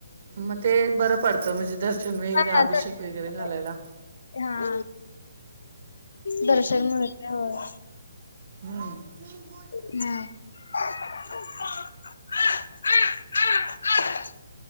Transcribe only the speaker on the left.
हा हा
हा दर्शन मिळते होय.
हम.